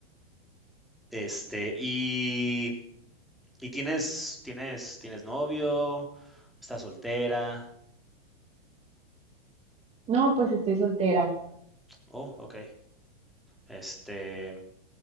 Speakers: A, in the centre; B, on the right (about 20°).
A: Este, y, y tienes, tienes, tienes novio, estás soltera.
B: No, pues estoy soltera.
A: Oh, ok. Este,